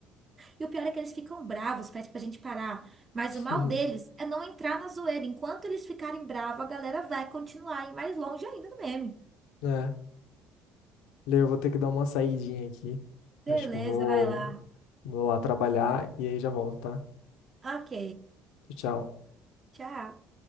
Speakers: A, on the right; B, on the left.
A: E o pior é que eles ficam bravos, pede pra gente parar. Mas
B: <laughs>
A: o mal deles é não entrar na zoeira. Enquanto eles ficarem bravos, a galera vai continuar a ir mais longe ainda no meme.
B: É. Lê, eu vou ter que dar uma saidinha aqui.
A: Beleza,
B: Acho que eu vou,
A: vai lá.
B: vou lá trabalhar e aí já volto, tá?
A: Ok.
B: Tchau, tchau.
A: Tchau.